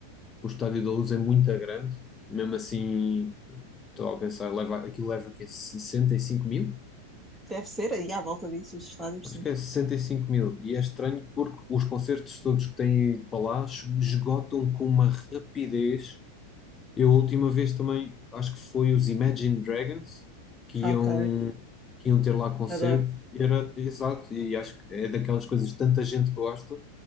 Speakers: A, on the left; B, in the centre.
A: o Estádio da Luz é muito grande. Mesmo assim, estou a pensar, leva, aquilo leva o quê? sessenta e cinco mil?
B: Deve ser aí à volta disso, os fados,
A: Acho
B: sim.
A: que é 65 mil. E é estranho porque os concertos todos que têm ido para lá esgotam com uma rapidez. Eu a última vez também, acho que foi os Imagine Dragons que
B: Ok,
A: iam, que iam ter lá concerto
B: adoro.
A: e era exato, e acho que é daquelas coisas que tanta gente gosta